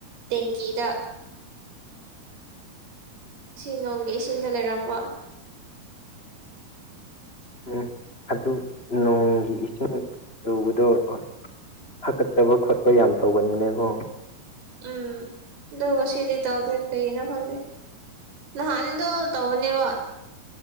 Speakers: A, on the right; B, on the left.
A: ꯇꯦꯡꯀꯤꯗ ꯁꯤ ꯅꯣꯡꯒꯤ ꯏꯁꯤꯡꯗ ꯂꯩꯔꯝꯕ
B: ꯎꯝ ꯑꯗꯨ ꯅꯣꯡꯒꯤ ꯏꯁꯤꯡ ꯂꯨꯕꯗꯣ ꯍꯣꯏ ꯍꯥꯀꯠꯆꯕ ꯈꯣꯠꯄ ꯌꯥꯝ ꯇꯧꯒꯟꯕꯅꯦꯀꯣ
A: ꯎꯝ ꯗꯁꯤꯗꯤ ꯇ ꯑꯣꯗ ꯀꯩꯅ ꯐꯪ ꯅꯍꯥꯟ ꯑꯗꯣ ꯇꯧꯕꯅꯦꯕ